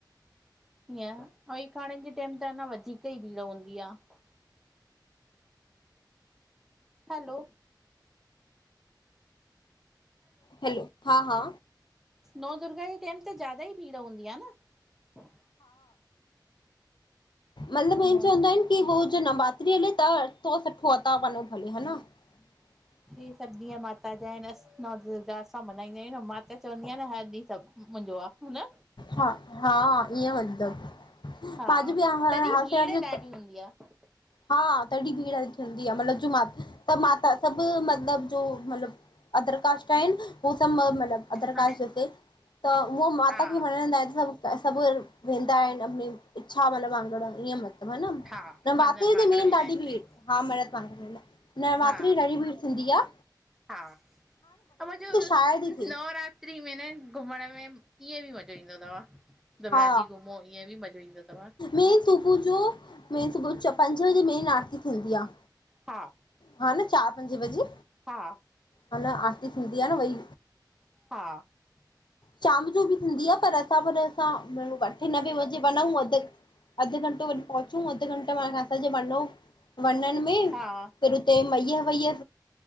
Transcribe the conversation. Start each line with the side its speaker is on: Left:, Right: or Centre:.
Centre: हिअं एकाणन जे टेम त अञा वधीक ई भीड़ हूंदी आहे। हलो,
Left: हलो हा हा,
Centre: नौ दुुर्गा जे टाइम त ज़्यादा ई भीड़ हूंदी आहे न।
Left: मतलबु
Centre: न
Left: चवंदा आहिनि कि उ जो नवरात्रि हले त सुठो भले वञो। ह <inaudible>
Centre: हि सभु ॾींहं माता जा आहिनि नव दुर्गा असां मल्हाईंदा आहियूं न माता चवंदी आहियां हर ॾींहुं सभु मुंहिंजो आहे। न
Left: हा हा ईअं वेंदम।
Centre: हा
Left: बजू बि आहार
Centre: तॾहिं
Left: ह
Centre: भीड़ ॾाढी हूंदी आहे
Left: हा तॾहिं भीड़ हूंदी आहे मतलबु, त मा त सबु मतलबु जो म अदर कास्ट आहिन। हो सबु मतलब अदर
Centre: हा
Left: कास्ट हिते त उहो माता
Centre: हा
Left: खे मञंदा आहिन छा। त सभु वेंदा आहिन इच्छा मतलब वांगुर ईअं
Centre: हा
Left: न भाभी
Centre: मन्नत
Left: हुते
Centre: मांगण
Left: मेन
Centre: वेंदा
Left: ॾाढी
Centre: आहिनि
Left: भीड़
Centre: हिते
Left: शाम मल खां न रात्री
Centre: हा
Left: ॾाढी भीड़ थींदी आह।
Centre: हा, ऐं मतलबू
Left: शायदि ई थिए
Centre: नवरात्री में न घुमण में ईअं बि मज़ो ईंदो तव। दुर्गा
Left: हा
Centre: जी घुमो ईअं बि मज़ो ईंदो तव्
Left: मेन सुबुह जो पंजे बजे मेन रात। थींदी आह।
Centre: हा
Left: हा न चार पंजे बजे।
Centre: हा,
Left: अञा आरती थींदी आहे न भई।
Centre: हा
Left: शाम जो बि थींदी आहे पर असां पर असां अठे नवे बजे वञूं। अधु अधु घंटो वरी पहुचूं अधु घंटे असांजे वंञउ में।
Centre: हा
Left: फिर हुते मैहर वयी